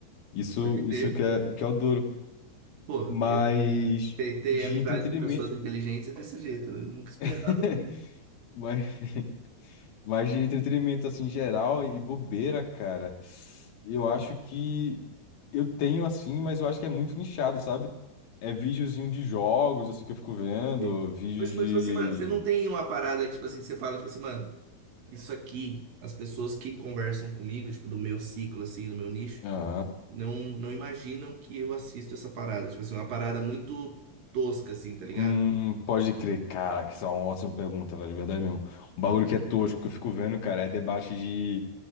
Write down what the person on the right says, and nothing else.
pode ter.
Pô,
é, ter, ter
amizade
com pessoas inteligentes é desse jeito. Eu nunca esperava
que.
é.
Mas,
mas, tipo assim, mano, você não tem uma parada que, tipo assim, você fala, tipo assim, mano, isso aqui, as pessoas que conversam comigo, tipo, do meu ciclo, assim, do meu nicho.
não, não imaginam que eu assisto essa parada. Tipo assim, uma parada muito tosca, assim, tá ligado?